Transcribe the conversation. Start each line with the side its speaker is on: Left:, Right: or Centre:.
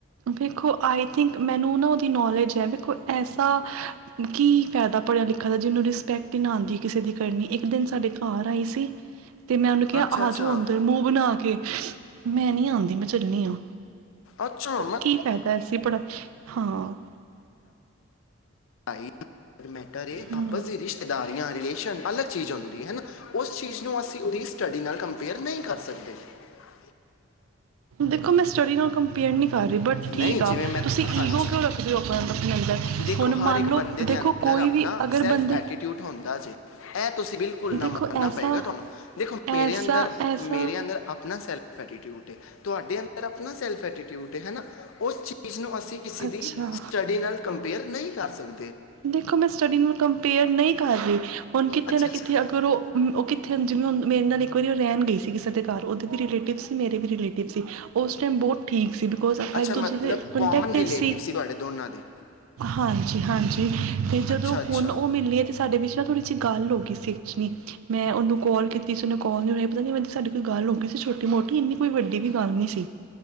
Right: ਵੇਖੋ ਆਈ ਥਿੰਕ ਮੈਨੂੰ ਨਾ ਉਹਦੀ ਨਾਲੇਜ ਹੈ ਐਸਾ ਕੀ ਫਾਇਦਾ ਪੜ੍ਹਿਆ ਲਿਖਿਆ ਦਾ ਜਿਹਨੂੰ ਰਿਸਪੈਕਟ ਨਾ ਆਦੀ ਕਿਸੇ ਦੀ ਕਰਨੀ ਇੱਕ ਦਿਨ ਸਾਡੇ ਘਰ ਆਈ ਸੀ ਤੇ ਮੈਂ ਉਹਨੂੰ ਕਿਹਾ
Left: ਅੱਛਾ
Right: ਆ
Left: ਅੱਛਾ
Right: ਜਾਓ ਅੰਦਰ ਮੂੰਹ ਬਣਾ ਕੇ ਮੈਂ ਨੀ ਆਂਦੀ ਮੈਂ ਚੱਲਣੀ ਆਂ
Left: ਅੱਛਾ ਮ
Right: ਕੀ ਫਾਇਦਾ ਐਸੀ ਪੜ੍ਹਾ ਹਾਂ
Left: <unintelligible> ਬੇਹਤਰ ਏ
Right: ਹੂੰ
Left: ਆਪਸ ਦੀ ਰਿਸ਼ਤੇਦਾਰੀਆਂ ਰਿਲੇਸ਼ਨ ਅਲੱਗ ਚੀਜ਼ ਹੁੰਦੀ ਹੈ ਨਾ ਉਸ ਚੀਜ਼ ਨੂੰ ਅਸੀਂ ਉਦੀ ਸਟਡੀ ਨਾਲ ਕੰਪੇਅਰ ਨਹੀਂ ਕਰ ਸਕਦੇ ਅਸੀਂ
Right: ਦੇਖੋ ਮੈਂ ਸਟਡੀ ਨਾਲ ਕੰਪੇਅਰ ਨਹੀਂ ਕਰ ਰਹੀ, ਬਟ
Left: ਨਹੀਂ
Right: ਠੀਕ ਆ
Left: ਜਿਵੇਂ ਮੈਂ
Right: ਤੁਸੀਂ
Left: ਹਾਂਜੀ
Right: ਈਗੋ ਕਿਉਂ ਰੱਖਦੇ ਹੋ ਆਪਣਾ ਅ ਆਪਣੇ ਅੰਦਰ
Left: ਦੇਖੋ
Right: ਹੁਣ
Left: ਹਰ
Right: ਮੰਨ
Left: ਇੱਕ
Right: ਲਓ
Left: ਬੰਦੇ ਦੇ
Right: ਦੇਖੋ
Left: ਅੰਦਰ
Right: ਕੋਈ
Left: ਆਪਣਾ
Right: ਵੀ ਅਗਰ
Left: ਸੈਲਫ
Right: ਬੰਦੇ
Left: ਐਟੀਟਿਊਡ ਹੁੰਦਾ <unintelligible> ਤੁਸੀਂ ਬਿਲਕੁਲ ਨਾ
Right: ਦੇਖੋ
Left: ਮੰਨ ਨਾ
Right: ਐਸਾ
Left: ਪਏਗਾ ਤੁਹਾਨੂੰ ਦੇਖੋ ਮੇਰੇ
Right: ਐਸਾ
Left: ਅੰਦਰ
Right: ਐਸਾ
Left: ਮੇਰੇ ਅੰਦਰ ਆਪਣਾ ਸੈਲਫ ਐਟੀਟਿਊਡ ਏ ਤੁਹਾਡੇ ਅੰਦਰ ਆਪਣਾ ਸੈਲਫ ਐਟੀਟਿਊਡ ਏ ਹੈ ਨਾ ਉਸ ਚੀਜ਼ ਨੂੰ ਤੁਸੀਂ ਕਿਸੇ
Right: ਅੱਛਾ
Left: ਦੀ ਸਟਡੀ ਨਾਲ ਕੰਪੇਅਰ ਨਹੀਂ ਕਰ ਸਕ
Right: ਦੇਖੋ ਮੈਂ ਸਟੱਡੀ ਨਾਲ ਕੰਪੇਅਰ ਨਹੀਂ ਕਰ ਰਹੀ ਹੁਣ ਕਿੱਥੇ
Left: ਅੱਛਾ
Right: ਨਾ
Left: ਅੱਛਾ
Right: ਕਿੱਥੇ ਅਗਰ ਉਹ ਉਹ ਕਿੱਥੇ ਜਿਵੇਂ ਹੁਣ ਮੇਰੇ ਨਾਲ ਇੱਕ ਵਾਰੀ ਉਹ ਰਹਿਣ ਗਈ ਉਹ ਸਾਡੇ ਘਰ ਉਹਦੇ ਵੀ ਰਿਲੇਟਿਵ ਸੀ, ਮੇਰੇ ਵੀ ਰਿਲੇਟਿਵ ਸੀ, ਉਸ ਟਾਈਮ ਬਹੁਤ ਠੀਕ ਸੀ ਬਿਕੋਜ਼ ਆਪਾਂ
Left: ਅੱਛਾ
Right: ਇੱਕ ਦੂਜੇ
Left: ਮਤਲਬ
Right: ਦੇ ਕੰਟੈਕਟ
Left: ਕਾਮਨ ਰਿਲੇਟਿਵ
Right: ਚ ਸੀ।
Left: ਤੁਹਾਡੇ ਦੋਨਾਂ ਦੇ
Right: ਹਾਂਜੀ-ਹਾਂਜੀ। ਤੇ ਜਦੋਂ
Left: ਅੱਛਾ ਅੱਛਾ
Right: ਹੁਣ ਉਹ ਮਿਲੀ ਹੈ ਤੇ ਸਾਡੇ ਵਿੱਚ ਥੋੜੀ ਜੀ ਗੱਲ ਹੋ ਗਈ ਸੀ ਐਕਚੁਲੀ ਮੈਂ ਉਹਨੂੰ ਕਾਲ ਕੀਤੀ ਸੀ ਉਹਨੇ ਕਾਲ ਨੂੰ ਰੇ ਪਤਾ ਨਹੀਂ ਮੈਂ ਤੇ ਸਾਡੀ ਕੋਈ ਗੱਲ ਹੋ ਗਈ ਸੀ ਛੋਟੀ ਮੋਟੀ ਇਨੀ ਕੋਈ ਵੱਡੀ ਵੀ ਗੱਲ ਨਹੀਂ ਸੀ।